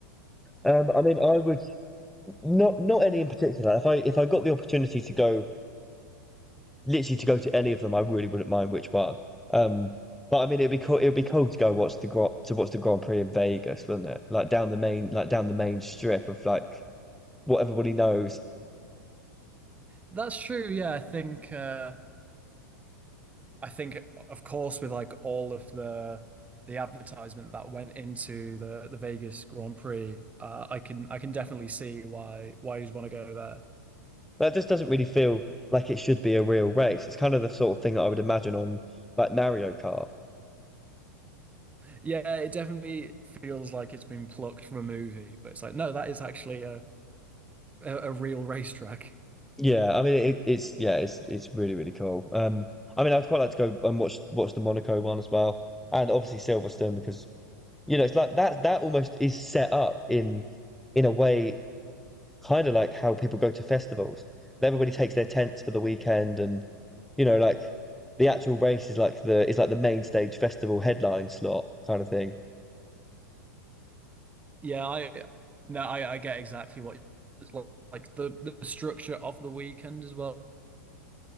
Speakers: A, in the centre; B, on the right.
A: Um, I mean, I would not not any in particular. If I if I got the opportunity to go literally to go to any of them, I really wouldn't mind which one. Um, but I mean, it'd be cool. It'd be cool to go watch the Gro- to watch the Grand Prix in Vegas, wouldn't it? Like down the main like down the main strip of like what everybody knows.
B: That's true. Yeah, I think uh, I think of course with like all of the the advertisement that went into the the Vegas Grand Prix, uh, I can I can definitely see why why you'd want to go there.
A: That just doesn't really feel like it should be a real race. It's kind of the sort of thing that I would imagine on like Mario Kart.
B: Yeah, it definitely feels like it's been plucked from a movie, but it's like no, that is actually a a, a real racetrack.
A: Yeah, I mean it, it's yeah, it's it's really really cool. Um, I mean I'd quite like to go and watch watch the Monaco one as well, and obviously Silverstone because you know it's like that that almost is set up in in a way kind of like how people go to festivals. Everybody takes their tents for the weekend, and you know like the actual race is like the is like the main stage festival headline slot kind of thing.
B: Yeah, I no, I I get exactly what it's like, like the the structure of the weekend as well